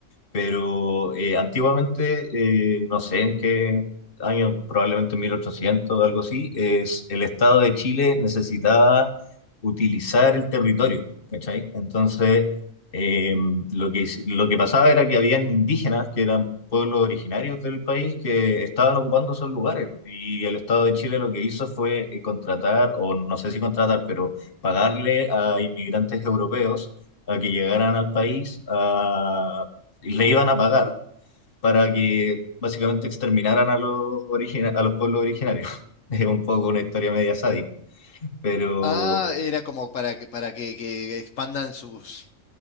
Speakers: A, on the left; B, on the left.
A: Pero eh, antiguamente, eh, no sé en qué año, probablemente 1800 o algo así, es, el Estado de Chile necesitaba utilizar el territorio, ¿cachai? Entonces, eh, lo que, lo que pasaba era que habían indígenas, que eran pueblos originarios del país, que estaban ocupando esos lugares. Y el Estado de Chile lo que hizo fue eh, contratar, o no sé si contratar, pero pagarle a inmigrantes europeos a que llegaran al país a y le iban a pagar para que básicamente exterminaran a los, origina- a los pueblos originarios. <laughs> Es un poco una historia media sádica, pero
B: Ah, era como para que, para que, que expandan sus,